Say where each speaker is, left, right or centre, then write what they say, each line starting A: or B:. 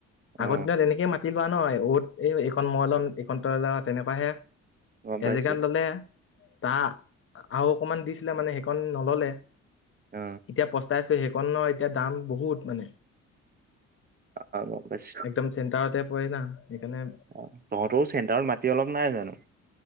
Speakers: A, on the right; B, on the left.
A: অ
B: আগত দিনত এনেকেই মাট টি লোৱা ন' উত, এই এইখন মই ল'ম এই তই ল' তেনেকুৱাহে।
A: গম পাইছো
B: এজেগাত ল'লে তা আৰু অকমান দিছিলে, মানে সেইকণ নল'লে।
A: উ।
B: এতিয়া পস্তাই আছে, সেইখনৰ এতিয়া দাম বহুত মানে।
A: অ' গম পাইছোঁ।
B: একদম চেণ্টাৰতে পৰে না, সেইকাৰণে
A: অ' তহঁতৰোঁ চেণ্টাৰত মাটি অলপ নাই জানো?